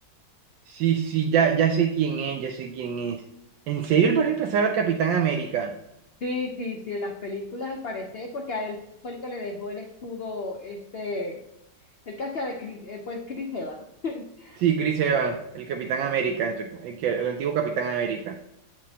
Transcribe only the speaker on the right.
Sí, sí, ya, ya sé quién es, ya sé quién es. ¿En serio él va a reemplazar al Capitán América?
Sí, Chris Evans, el Capitán América, entre, el, que- el antiguo Capitán América.